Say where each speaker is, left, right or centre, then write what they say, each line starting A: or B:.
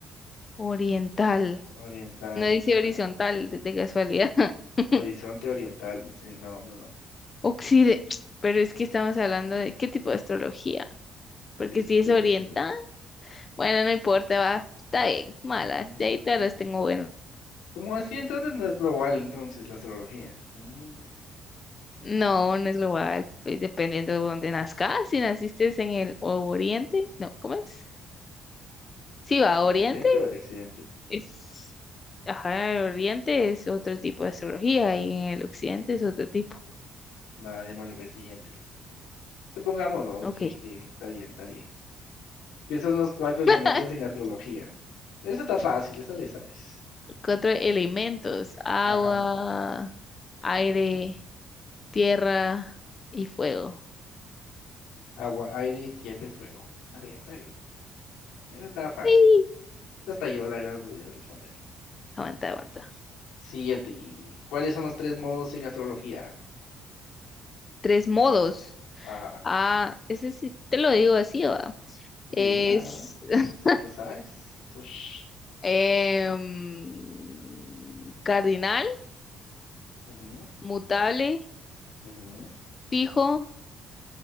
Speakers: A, on the left; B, on the left.
A: oriental.
B: Oriental,
A: No dice
B: ajá.
A: horizontal de de casualidad. <laughs>
B: Horizonte oriental, dice, no, no, no,
A: Occide. Pero es que estamos hablando de qué tipo de astrología. Porque
B: que es
A: si
B: un signo
A: es oriental,
B: ascendente.
A: bueno, no importa, va. Está bien, malas.
B: Mm,
A: De ahí todas las tengo buenas.
B: ¿Cómo así? Entonces no es global, entonces, la astrología. Mm,
A: No, no es global, pues, dependiendo de dónde nazcas. Si naciste en el o- Oriente, no, ¿cómo es? Sí, va, Oriente
B: ¿El ¿Oriente o el occidente?
A: es, ajá, el Oriente es otro tipo de astrología y en el Occidente es otro tipo.
B: Va, démosle por el siguiente. Supongamos, vamos,
A: Ok.
B: que, que está bien, está bien. ¿Qué son los cuatro elementos
A: <laughs>
B: en astrología? Eso está fácil, eso le sabes.
A: Cuatro elementos, agua,
B: Ajá,
A: aire,
B: ajá.
A: tierra y fuego.
B: Agua, aire, tierra y fuego. Está bien, está bien. Eso está fácil.
A: Sí.
B: Eso hasta yo la he podido responder.
A: Aguanta, aguanta.
B: Siguiente. ¿Cuáles son los tres modos en astrología?
A: Tres modos.
B: Ajá.
A: Ah, ese sí, te lo digo así, va.
B: Dímela,
A: Es
B: ajá.
A: <laughs>
B: ¿Te lo sabes? Sos-
A: em, cardinal,
B: Ujú,
A: mutable,
B: ujú.
A: fijo.